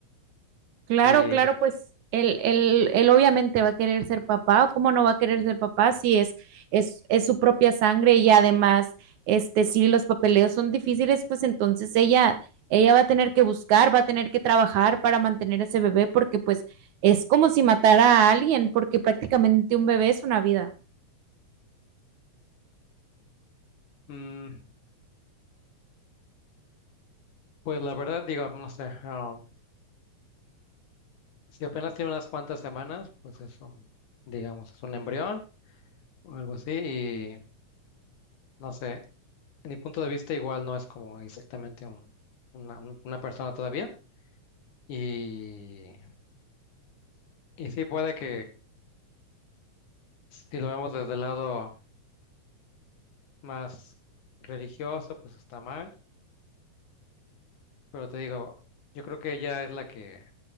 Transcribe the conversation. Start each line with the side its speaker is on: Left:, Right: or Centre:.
Right: Claro,
Left: Y
Right: claro, pues él, él, él obviamente va a querer ser papá, ¿cómo no va a querer ser papá si es, es, es su propia sangre y además, este, si los papeleos son difíciles, pues entonces ella, ella va a tener que buscar, va a tener que trabajar para mantener ese bebé, porque pues es como si matara a alguien, porque prácticamente un bebé es una vida.
Left: mm, pues la verdad, digo, no sé, um, si apenas tiene unas cuantas semanas, pues es un, digamos, es un embrión o algo así, y no sé, en mi punto de vista igual no es como exactamente un, una, un- una persona todavía. Y, y sí puede que si lo vemos desde el lado más religioso, pues está mal. Pero te digo, yo creo que ella es la que